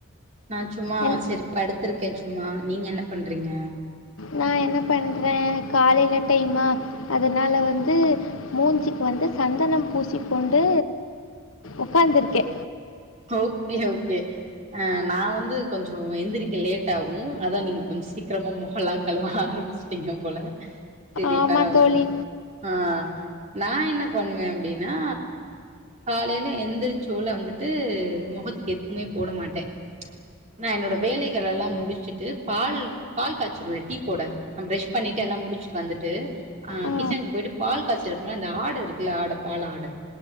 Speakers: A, on the right; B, on the left.
A: நா சும்மா
B: என்
A: செரி படு த்துருக்கே சும்மா நீங்க என்ன பண்றீங்க
B: நா என்ன பண்றே காலைல டைமா அதனால வந்து மூஞ்சிக்கு வந்து சந்தனம் பூசிக்கொண்டு உக்காந்துருக்கே
A: ஓகே ஓகே அஹ் நா வந்து கொஞ்சோ எந்திரிக்க லேட் ஆகு அதா நீங்க கொஞ்ச சீக்கிரமா மொகல்லா கழுவ ஆரம்பிச்சிடீங்க போல செரி
B: ஆமாம்
A: பரவால்ல
B: தோழி
A: ஆஹ் நா என்ன பண்வே அப்டினா காலைல எந்திரிச்சோல வந்து ட்டு முகத்துக்கு எதுவுமே போட மாட்டே நா என்னோட வேலைகளல்லா முடிச்சுட்டு பால் பால் காய்ச்சிடுவே டீ போட நா ப்ரஷ் பண்ணிட்டு எல்லா முடிச்சுட்டு வந்துட்டு ஆஹ்
B: ஆ
A: கிச்சனுக்கு போயிட்டு பால் காய்ச்சறப்போ அந்த ஆட இருக்குல்ல ஆட பால் ஆட